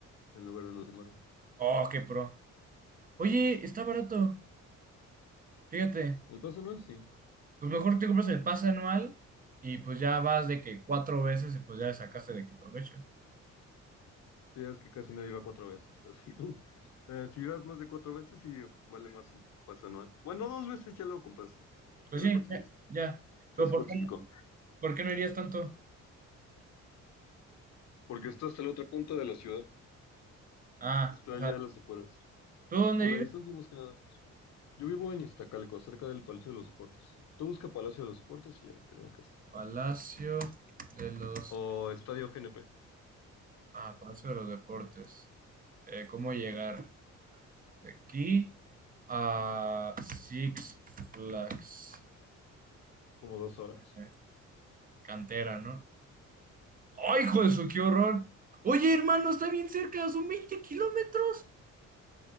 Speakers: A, on the left; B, on the right.
A: en lugar de los de Marvel.
B: Oh, qué pro. Oye, está barato. Fíjate.
A: El pase Noel, sí.
B: Pues mejor te compras el pase anual y pues ya vas de que cuatro veces y pues ya le sacaste de que provecho.
A: Sí, es que casi nadie va cuatro veces, pero sí. <laughs> Eh, si vas más de cuatro veces, sí, vale más el pase anual. Bueno, dos veces ya lo compraste,
B: Pues
A: ya
B: sí,
A: lo conseguiste,
B: ya, ya.
A: ya
B: Pero
A: se
B: ¿por
A: justificó.
B: qué, no, por qué no irías tanto?
A: Porque estás en la otra punta de la ciudad,
B: Ah,
A: está
B: o
A: allá
B: sea,
A: a las afueras.
B: ¿tú dónde
A: Por
B: vives?
A: la distancia, y más que nada. Yo vivo en Iztacalco, cerca del Palacio de los Deportes. Tú busca Palacio de los Deportes y ya te ubicaste.
B: Palacio de los
A: O Estadio GNP,
B: Ah, paso de los deportes. Eh, ¿cómo llegar de aquí a Six Flags?
A: como dos horas.
B: Eh, Cantera, ¿no? ¡Ay, hijo de su, qué horror! Oye, hermano, está bien cerca, son 20 kilómetros.